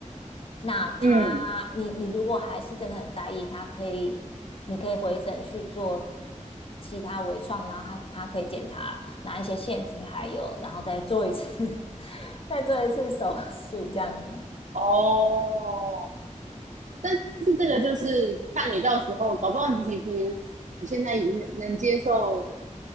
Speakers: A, on the left; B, on the right.
A: 那它，
B: 嗯，
A: 你你如果还是真的很在意，它可以，你可以回诊去做其他微创，然后他他可以检查哪一些腺体还有，然后再做一次 <laughs>，再做一次手术这样子。
B: 哦，但是这个就是看你到时候，搞不好你其实你现在已经能接受